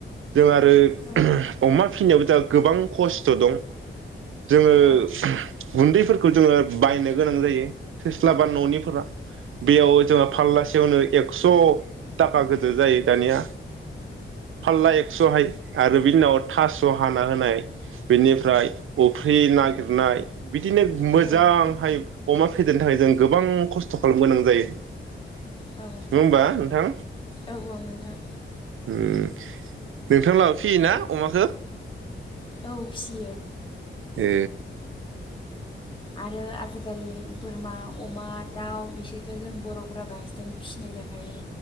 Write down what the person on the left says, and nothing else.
औ
औ
औ
औ
औ औ नोंथां
औ फियो।
आरो आजिखालि बोरमा अमा दाउ बिसोरथ' जों बर'फोरा बांसिनानो फिसिनाय जाखायो